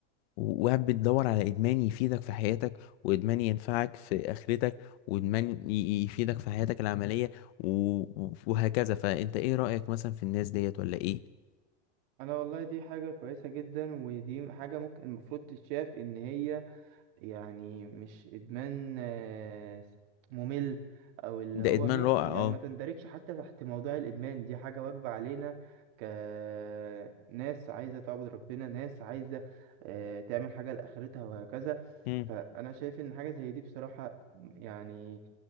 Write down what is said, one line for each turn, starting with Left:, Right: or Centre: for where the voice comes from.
Left: وقاعد بتدور على إدمان يفيدك في حياتك وإدمان ينفعك في آخرتك وإدمان ي- يفيدك في حياتك العملية و- وهكذا فأنت إيه رأيك مثلا في الناس ديت ولا إيه؟
Right: انا والله دي حاجة كويسة جدا ودي حاجة ممكن المفروض تتشاف ان هي يعني مش ادمان آه، ممل او اللي
Left: ده
Right: هو
Left: إدمان
Right: م...
Left: رائع
Right: يعني
Left: أه
Right: ما تندرجش حتى تحت موضوع الادمان دي حاجة واجبة علينا كناس عايزة تعبد ربنا ناس عايزة آه، تعمل حاجة لآخرتها وهكذا
Left: مم.
Right: فانا شايف ان حاجة زي دي بصراحة يعني